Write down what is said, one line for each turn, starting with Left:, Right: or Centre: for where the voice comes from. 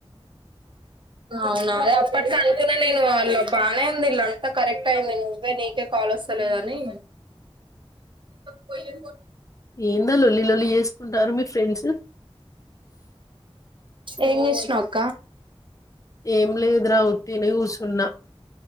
Right: అవునా అప్పట్ లా నేను ఇలా బానే ఉందిలా అంత కరక్ట్ అయింది అవే నీకే కాల్ వస్తలేదని పో <inaudible>
Left: ఏందా లొల్లిలొల్లి చేసుకుంటారు మీ ఫ్రెండ్స్
Right: ఎం చేస్తున్నావ్ అక్క
Left: ఏం లేదు రా ఊరకనే కూసున్నా